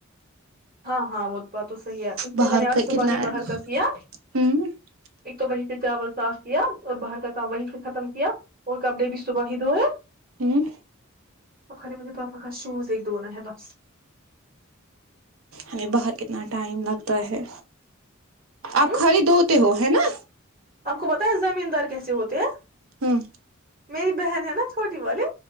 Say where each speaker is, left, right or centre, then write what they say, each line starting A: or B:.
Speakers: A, on the right; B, on the right.
A: ہاں ہاں وہت با تو سح اس لیے
B: باہر
A: میں نے آج
B: کا
A: صبح
B: کتنا
A: ہی
B: ہوں
A: باہر کا سیا
B: ہوں
A: ایک تو وہی سے چاول صاف کیا اور باہر کا کام وہیں سے ختم کیا اور کپڑے بھی صبح ہی دھوئے
B: ہوں
A: ا کے مجھے پاپا کا شوز ایک دھنا ہے بس
B: ہمیں باہر کتنا ٹائم لگتا ہے آپ
A: ہوں
B: خالی دو ہو ہے نا
A: آپ کو بت ہے زمین دار کیسے ہوتے ہیں
B: ہوں
A: میری بہن ہے نا چھوٹی والی